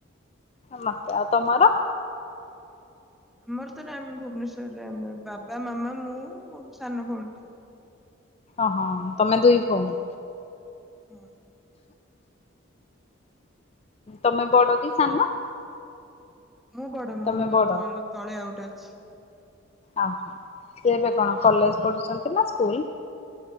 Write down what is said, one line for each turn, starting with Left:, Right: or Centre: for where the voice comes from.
Left: ମୋତେ ଆଉ ତମର?
Centre: ଆମର ତରେ ଆମ୍ ଭୁବନେଶ୍ୱର ଆମେ ବାବା ମାମା ମୁଁ ମୋ ସାନ ଭଉଣୀଟେ।
Left: ଅହଁ ତମେ ଦୁଇ ଭଉଣୀ।
Centre: ହୁଁ।
Left: ତମେ ବଡ କି ସାନ?
Centre: ମୁଁ ବଡ
Left: ତମେ
Centre: ମୋର
Left: ବଡ
Centre: ତଳେ ତଳେ ଆଉ ଗୋଟେ ଅଛି। <inaudible>
Left: ଆ ସେ ଏବେ କଣ କଲେଜ ପଢୁଛନ୍ତି ନା ସ୍କୁଲ?